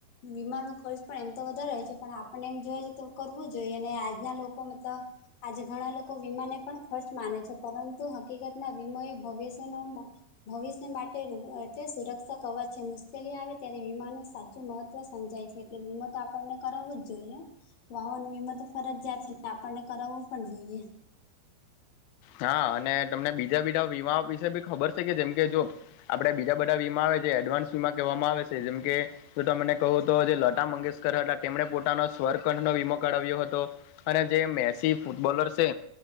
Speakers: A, on the left; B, on the left.
A: વીમા ન ખર્ચ પણ એમ તો વધારે છે પણ આપણને એમ જોય છે તો કરવું જોઈએ અને આજના લોકો મતલબ. આજે ઘણા લોકો વીમાને પણ ખર્ચ માને છે પરંતુ હકીકતના વીમો ભવિષનો. ભવિષ્ય માટે એટલે સુરક્ષા અવર છે મુશ્કેલી આવે ત્યારે વિમાનનું સાચું મહત્વ સમજાય છે એટલે વિીમો તો આપણને કરાવવો જ જોઈએ વાહન વીમા તો ફરજિયાયાત છેને આપણને કરાવવું પણ જોઈએ
B: હા અને તમને બીજા બીજા વીમા વિશે બી ખબર છે કે જેમ કે જો આપણે બીજા બધા વીમા આવે જે એડવાન્સ વીમા કહેવામાં આવે છે જેમ કે જો તને કહું તો જે લતા મંગેશકર હતા તેમણે પોતાનો સ્વરકંઠનો વીમો કરાવ્યો હતો અને જે મેસી ફૂટબોલર છે